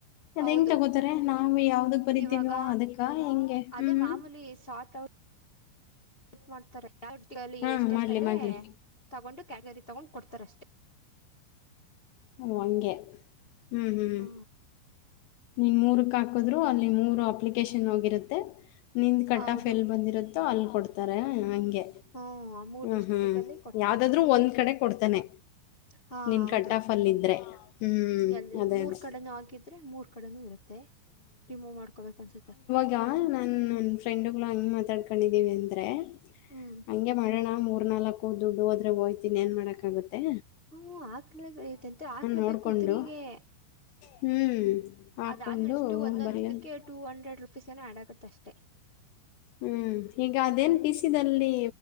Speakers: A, on the left (about 80°); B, on the left (about 50°).
A: ಅದ
B: ಹೌದು
A: ಹೆಂಗ್ ತಗೋತಾರೆ ನಾವು ಯಾವ್ದಕ್ ಬರಿತೀವ
B: ಇವಾಗ
A: ಅದಕ್ಕ ಹೆಂಗೆ
B: ಅದೇ
A: ಹ್ಮ್
B: ಮಾಮೂಲಿ ಸಾರ್ಟ್ ಔಟ್ ಮಾಡ್ತಾರೆ ಕ್ಯಾಟವಲ್ಲಿ
A: ಹಾ
B: ಎಷ್ಟ
A: ಮಾಡ್ಲಿ
B: ಎಷ್ಟ ಇದೆ
A: ಮಾಡ್ಲಿ
B: ತಗೊಂಡು ಕ್ಯಾಟಗರಿ ತಗೊಂಡ್ ಕೊಡ್ತಾರೆ ಅಷ್ಟೇ.
A: ಹ್ಮ ಹಂಗೆ ಹ್ಮ್ ಹ್ಮ್್ಮ
B: ಹ
A: ನಿಮ್ಮ ಮೂರಕ್ಕೆ ಹಾಕಿದ್ರು ಅಲ್ಲಿ ಮೂರು ಅಪ್ಲಿಕೇಶನ್ ಹೋಗಿರುತ್ತೆ. ನಿಂದು ಕಟ್ಟಾಫ್
B: ಹೌದು
A: ಎಲ್ಲಿ ಬಂದಿರುತ್ತೋ ಅಲ್ಲಿ ಕೊಡ್ತಾರೆ ಹಂಗೆ
B: ಹ್ಮ ಮೂರ್
A: ಹ್ಮ್
B: ಡಿಸ್ಟಿಕ್ಲ್ಲಿ
A: ಹ್ಮ್
B: ಕೊಡ್ತಾರೆ
A: ಯಾವ್ದಾದ್ರರು ಒಂದ್ ಕಡೆ ಕೊಡ್ತಾನೆ.
B: ಹಾ
A: ನಿನ್
B: ಹೌದು
A: ಕಟ್ ಆಫ್ ಅಲ್ಲಿ ಇದ್ರೆ ಹ್ಮ್
B: ಅಲ್ಲಿ
A: ಅದೇ
B: ಮೂರ್
A: ಅದೇ
B: ಕಡೆನೂ ಆಗಿದ್ರೆ ಮೂರ್ ಕಡೆನೂ ಇರುತ್ತೆ. ರಿಮೂವ್ ಮಾಡ್ಕೋಬೇಕು ಅನ್ಸುತ್ತ ಅಷ್ಟೇ.
A: ಈಗ ನಾನ್ ನನ್ ಫ್ರೆಂಡ್ಗಳು ಹಂಗ ಮಾತಾಡ್ಕೊಂಡಿದ್ದೀವಿ ಅಂದ್ರೆ.
B: ಹ್ಮ್
A: ಹಂಗೆ ಮಾಡೋಣ ಮೂರ್ ನಾಲ್ಕು ದುಡ್ಡು ಹೋದ್ರೆ ಹೋಯ್ತೀನಿ ಏನ್ ಮಾಡಕಾಗುತ್ತೆ.
B: ಹ್ಮ ಹಾಕ್ಲೇಬೇಕತತ ಹಾಕ್ಲೇಬೇಕು
A: ನೋಡ್ಕೊಂಡು
B: ತ್ರಿಗೆ
A: ಹ್ಮ್ ಹಾಕೊಂಡು
B: ಅದಾದ್ಮೇಲೆ ಎಷ್ಟು ಒಂದೊಂದ
A: ಬರಿಯ
B: ಇದಕ್ಕೆ two hundred rupees no add ಆಗುತ್ತೆ ಅಷ್ಟೆ.
A: ಹ್ಮ್ ಈಗ ಅದೇನ್ ಫಿಸಿದಲ್ಲಿ